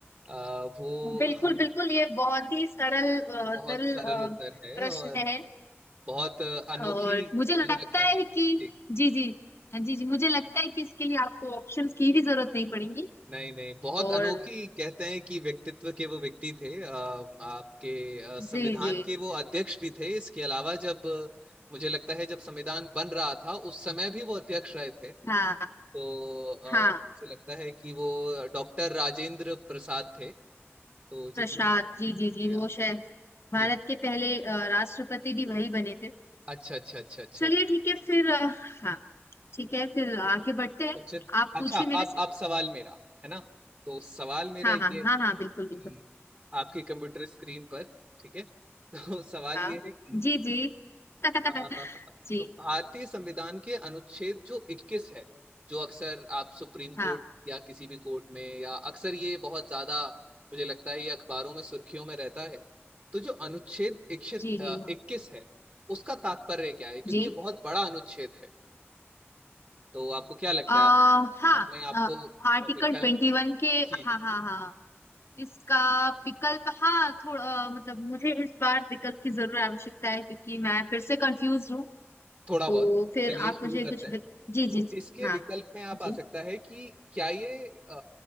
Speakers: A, on the right; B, on the left.
A: अ, वो
B: बिल्कुल
A: हम
B: बिल्कुल ये बहुत ही सरल अ,
A: बहुत
B: सरल
A: सरल
B: अ,
A: उत्तर है
B: प्रश्न
A: और
B: है
A: बहुत अ, अनोखी
B: और मुझे लगता
A: मुझे लगता
B: है
A: है ठीक
B: कि जी जी जी जी मुझे लगता है कि इसके लिए आपको ऑप्शंस की भी जरूरत नहीं पड़ेगी
A: नहीं नहीं बहुत
B: और
A: अनोखी कहते हैं कि व्यक्तित्व के वो व्यक्ति थे अ, आपके अ, संविधान
B: जी जी
A: के वो अध्यक्ष भी थे इसके अलावा जब अ, मुझे लगता है जब संविधान बन रहा था उस समय भी वो अध्यक्ष रहे थे
B: हाँ
A: तो अ,
B: हाँ
A: मुझे लगता है कि वो डॉक्टर राजेंद्र प्रसाद थे तो जितना
B: प्रसाद जी जी जी
A: यार
B: वो शायद भारत
A: जी
B: के पहले अ, राष्ट्रपति भी वही बने थे
A: अच्छा अच्छा अच्छा अच्छा
B: चलिए
A: अच्छा
B: ठीक है फिर अ, हाँ ठीक है फिर आगे बढ़ते हैं
A: उचित
B: आप
A: अच्छा
B: पूछिए
A: अब
B: मेरे से
A: अब सवाल मेरा है ना तो सवाल मेरा
B: हाँ
A: ये
B: हाँ हाँ हाँ बिल्कुल
A: कि
B: बिल्कुल
A: आपके कंप्यूटर स्क्रीन पर ठीक है तो सवाल
B: हाँ
A: ये है कि
B: जी जी <laughs>
A: अ,
B: जी
A: भारतीय संविधान के अनुच्छेद जो 21 है जो अक्सर आप सुप्रीम
B: हाँ
A: कोर्ट या किसी भी कोर्ट में या अक्सर ये बहुत ज्यादा मुझे लगता है ये अखबारों में सुर्खियों में रहता है तो जो अनुच्छेद इक्कीस
B: जी जी
A: है उसका तात्पर्य क्या है क्योंकि
B: जी
A: ये बहुत बड़ा अनुच्छेद है तो आपको क्या लगता
B: आ,
A: है आप
B: हाँ
A: अपने आपको
B: आर्टिकल
A: विकल्प
B: ट्वेंटी वन के
A: जी जी
B: हाँ हाँ
A: जी
B: हाँ इसका विकल्प हाँ थोड़ा मतलब मुझे इस बार विकल्प की जरूर आवश्यकता है क्योंकि मैं फिर से कंफ्यूज हूँ
A: थोड़ा
B: तो
A: बहुत
B: फिर
A: चलिए
B: आप
A: शुरू
B: मुझे
A: करते
B: कुछ
A: हैं
B: जी जी
A: तो
B: जी
A: इसके
B: हाँ
A: विकल्प में आप
B: जी
A: आ सकता है कि क्या ये अ,